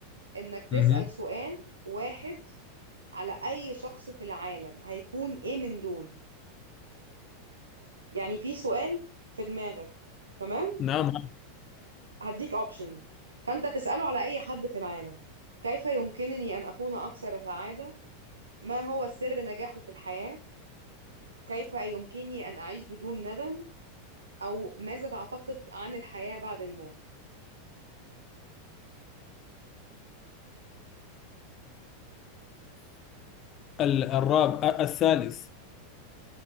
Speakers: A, on the right; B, on the left.
A: انك تسأل
B: مهم.
A: سؤال واحد على اي شخص في العالم هيكون ايه من دول يعني في سؤال في دماغك تمام
B: نعم
A: هديك اوبشن فانت تسأله على اي حد في العالم كيف يمكنني ان اكون اكثر سعادة ما هو سر نجاحه في الحياة كيف يمكنني ان اعيش بدون ندم او ماذا تعتقد عن الحياة بعد الموت
B: ال- الرابع أ- الثالث